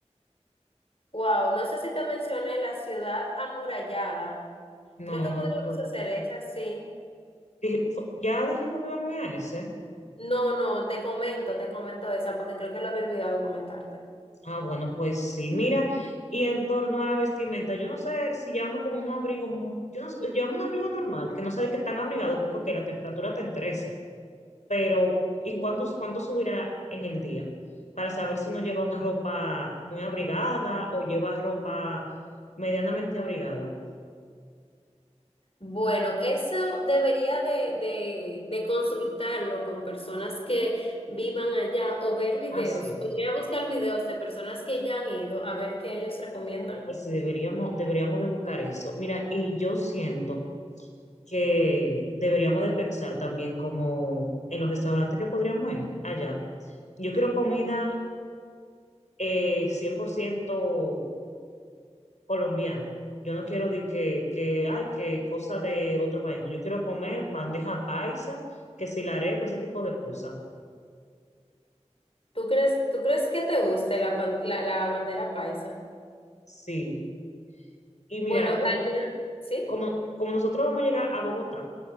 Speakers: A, on the left; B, on the left.
A: Wow, no sé si te mencioné la ciudad amurallada.
B: No,
A: Creo que
B: no.
A: podríamos
B: no.
A: hacer esa, sí.
B: Dije- fu- Ya dijimos que vamos a ir a ese.
A: No, no, te comento, te comento esa porque creo que lo había olvidado comentarte.
B: Ah, bueno, pues sí, mira, y en torno a la vestimenta, yo no sé si llevamos como un abrigo, mu- yo no sé, llevamos un abrigo normal, que no sé de qué tan abrigado, porque ok, la temperatura te en 13, pero ¿en cuánto, cuánto subirá en el día? Para saber si uno lleva una ropa muy abrigada o lleva ropa medianamente abrigada.
A: Bueno, eso debería de, de, de consultarlo con personas que vivan allá o ver videos.
B: Ah, sí,
A: Podría buscar videos de personas que ya han ido a ver qué ellos recomiendan.
B: ay, sí, deberíamos, deberíamos de buscar eso. Mira, y yo siento. que deberíamos de pensar también como en los restaurantes que podríamos ir allá. Yo quiero comida eh, 100% colombiana. Yo no quiero de que, que, ay, que cosa de otro país. No, yo quiero comer bandeja paisa, que si la arepa, ese tipo de cosas.
A: ¿Tú crees, tú crees que te guste la, pan- la, la bandera paisa?
B: Sí. Y mira,
A: Bueno, allá,
B: uno,
A: ¿sí?
B: como, como nosotros vamos a llegar a Bogotá,